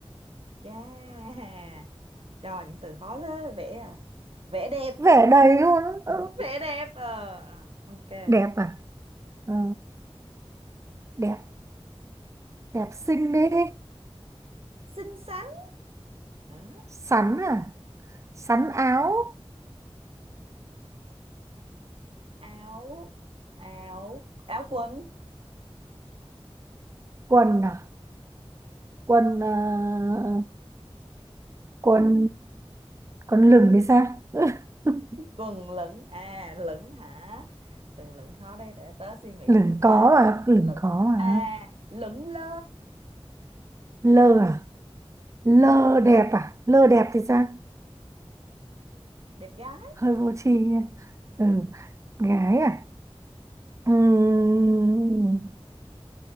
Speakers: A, on the right; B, on the right.
A: yeah cho những từ khó thế vẽ à vẽ đẹp
B: vẻ đầy luôn ừ.
A: vẽ đẹp ờ rồi, ok
B: đẹp à Ờ, đẹp đẹp xinh đấy
A: xinh xắn Đó.
B: sắn à sắn áo
A: áo áo áo quần
B: quần à quần à, quần quần lửng thì sao <laughs>
A: quần lửng à lửng hả từ lửng khó đây để tớ suy nghĩ
B: lửng
A: thêm
B: có
A: nào
B: à lửng
A: lửng
B: có
A: à
B: à
A: lửng lơ
B: lơ à lơ
A: Ừ,
B: đẹp à lơ đẹp thì sao
A: đẹp gái
B: hơi vô tri nha ừ gái à Ừm,